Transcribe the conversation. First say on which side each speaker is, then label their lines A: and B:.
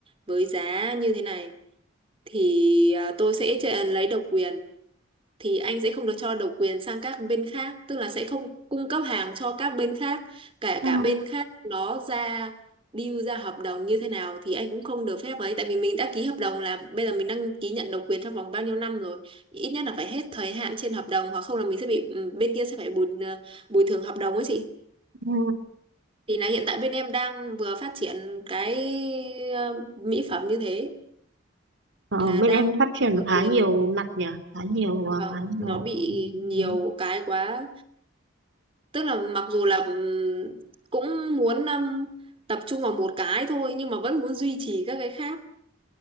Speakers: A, on the right; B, on the right.
A: với giá như thế này thì ờ, tôi sẽ cho- lấy độc quyền thì anh sẽ không được cho độc quyền sang các bên khác tức là sẽ không cung cấp hàng cho các bên khác cả
B: ừ,
A: cả bên khác đó ra deal ra hợp đồng như thế nào thì anh cũng không được phép ấy tại vì mình đã ký hợp đồng là bây giờ mình đăng ký nhận độc quyền trong vòng bao nhiêu năm rồi ít nhất là phải hết thời hạn trên hợp đồng hoặc không là mình sẽ bị ừ, bên kia sẽ phải bồi ừ, bồi thường hợp đồng ấy chị
B: ừ.
A: thì là hiện tại bên em đang vừa phát triển cái ờ, mỹ phẩm như thế
B: Ờ,
A: là
B: bên
A: đang
B: em phát triển
A: độc
B: khá
A: quyền
B: nhiều mặt nhỉ, khá nhiều,
A: vâng
B: ờ, khá
A: nó
B: nhiều
A: bị
B: ừ,
A: nhiều
B: đấy.
A: cái quá tức là mặc dù là ừm, cũng muốn um, tập trung vào một cái thôi nhưng mà vẫn muốn duy trì các cái khác